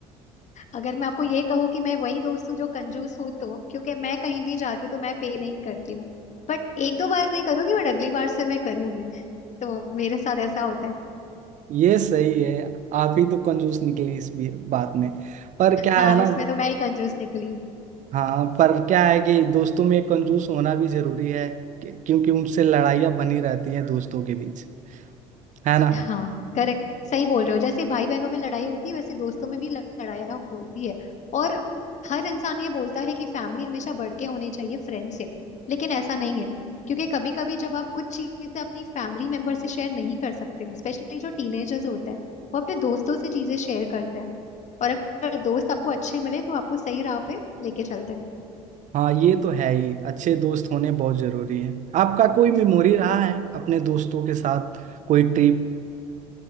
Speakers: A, on the left; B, on the right.
A: अगर मैं आपको ये कहूँ कि मैं वही दोस्त हूँ जो कंजूस हूँ तो क्योंकि मैं कहीं भी जाती तो मैं पे नहीं करती हूँ बट एक दो बार नहीं करूंगी बट अगली बार से मैं करूंगी <laughs> तो मेरे साथ ऐसा होता है
B: ये सही है आप ही तो कंजूस निकले इस भी- बात में पर क्या
A: हाँ
B: है ना
A: इसमें तो मैं ही कंजूस निकली
B: हाँ पर क्या है कि दोस्तों में कंजूस होना भी जरूरी है कि- क्योंकि उनसे लड़ाइयाँ बनी रहती हैं दोस्तों के बीच है ना
A: हाँ करेक्ट सही बोल रहे हो जैसे भाई बहनों में लड़ाई होती है वैसे दोस्तों में भी लड़ाइयाँ होती है और हर इंसान ये बोलता है कि फैमिली हमेशा बढ़ के होनी चाहिए फ्रेंड से लेकिन ऐसा नहीं है क्योंकि कभी कभी जब आप कुछ चीजें अपनी फैमिली मेंबर से शेयर नहीं कर सकते हो स्पेशली जो टीनेजर्स होते हैं वो अपने दोस्तों से चीजें शेयर करते हैं और अगर दोस्त आपको अच्छे मिले तो आपको सही राह पे लेके चलते हैं
B: हाँ ये तो है ही अच्छे दोस्त होने बहुत जरूरी है आपका कोई मेमोरी रहा है अपने दोस्तों के साथ कोई ट्रिप